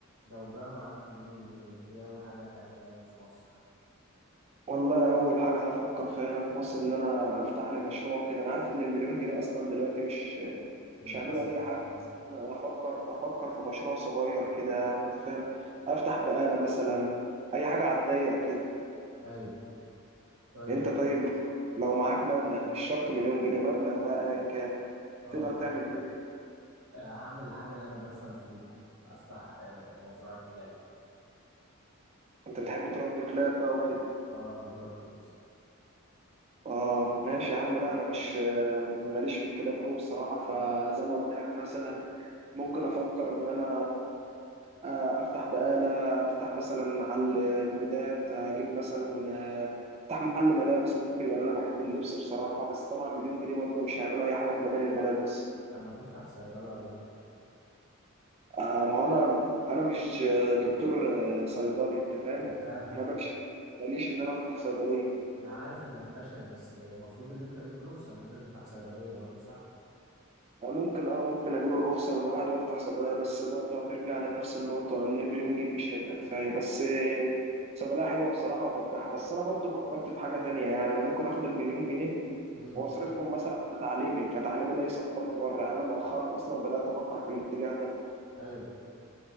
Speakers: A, on the right; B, on the right.
A: لو بقى معاك مليون جنيه ايه اول حاجة هتعملها هنا في مصر
B: والله اول حاجه هفكر فيها هنا في مصر ان انا افتح لي مشروع كده انا عارف ان المليون جنيه اصلا دلوقتي مش
A: للأسف
B: مش هيعملوا اي حاجه
A: اه
B: بس انا افكر افكر في مشروع صغير كده يعني انت فاهم افتح بقاله مثلا اي حاجه على الضيق كده
A: ايوه طيب
B: انت طيب لو معاك مبلغ مش شرط مليون جنيه مبلغ بقى ايا كان
A: اه
B: تقدر تعمل بيه
A: آه، هعمل الحاجة اللي انا بفهم فيها افتح آه، مزرعة كلاب
B: انت بتحب تربي كلاب بقى وكده
A: اه انا بربي اصلا
B: اه ماشي يا عم لا انا مش ماليش في الكلاب قوي بصراحه فزي
A: آه،
B: ما قلت لك مثلا ممكن افكر ان انا آه، افتح بقالة افتح مثلا محل مبيدات اجيب مثلا آه، افتح محل ملابس ممكن لان انا بحب اللبس بصراحة بس طبعا مليون جنيه برضه مش هيعملوا اي حاجة في مجال الملابس
A: طب ما تفتح صيدلة يا دكتور
B: آه، ما هو انا انا مش دكتور آه، صيدلي انت فاهم
A: انا فاهم
B: انا بكشف ماليش ان انا افتح صيدلية
A: انا عارف انك بشري بس المفروض ان انت ليك رخصة ان انت تفتح صيدلية برضو صح
B: آه، ممكن اه ممكن اجيب الرخصة من واحد وافتح صيدلية بس برضه هترجع لنفس النقطة ان المليون جنيه مش هيبقى كفاية بس آه، صيدلية حلوة بصراحة ومربحة بس انا برضه فكرت في حاجة تانية يعني انا ممكن اخد المليون جنيه
A: امم
B: واصرفهم مثلا على تعليمي فتعليمي ده يسفرني بره يعني انا مؤخرا اصلا بدات افكر في الاتجاه ده
A: ايوه